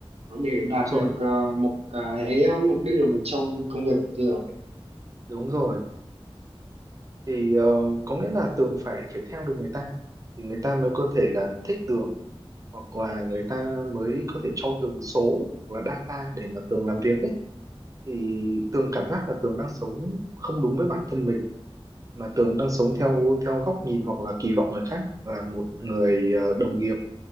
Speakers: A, on the right (about 85°); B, on the right (about 35°).
A: để đạt
B: đúng rồi
A: được ờ, một cái ờ, mục đích ở bên trong công việc của Tường
B: đúng rồi thì ờ, có nghĩa là Tường phải phải theo được người ta thì người ta mới có thể là thích Tường hoặc là người ta mới có thể cho Tường số hoặc là data để mà Tường làm việc ấy thì Tường cảm giác là Tường đang sống không đúng với bản thân mình mà Tường đang sống theo theo góc nhìn hoặc là kỳ vọng người khác là một người ờ, đồng nghiệp